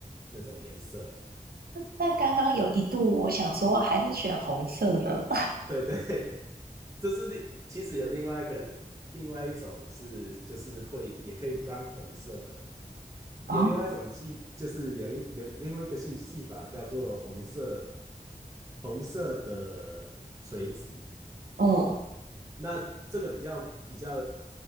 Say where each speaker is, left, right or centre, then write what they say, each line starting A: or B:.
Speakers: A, on the right; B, on the right.
A: 那种颜色。
B: 但刚刚有一度我想说还是选红色呢，
A: 对 <laughs> 对，这是另其实有另外一个另外一种是就是会也可以装红色的，
B: <laughs>
A: 有另外一种技就是有一有另外一个戏戏法叫做红色
B: 哦，
A: 红色的锤子。
B: 嗯。
A: 那这个比较比较